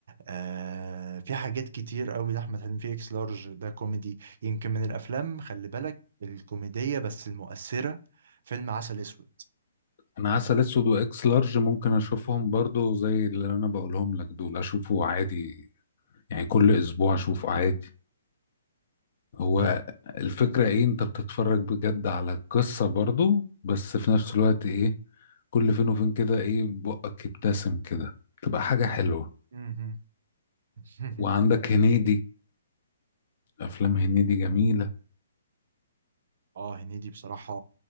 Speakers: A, on the right; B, on the left.
A: آه في حاجات كتير قوي لأحمد حلمي في اكس لارج ده كوميدي يمكن من الأفلام خلي بالك الكوميدية بس المؤثرة فيلم عسل أسود
B: انا عسل اسود واكس لارج ممكن اشوفهم برضو زي اللي انا بقولهم لك دول اشوفه عادي يعني كل اسبوع اشوفه عادي هو
A: مم.
B: الفكرة ايه انت بتتفرج بجد على القصة برضو بس في نفس الوقت ايه كل فين وفين كده ايه بقك يبتسم كده تبقى حاجة حلوة
A: مم. <laughs>
B: وعندك هنيدي افلام هنيدي جميلة
A: اه هنيدي بصراحة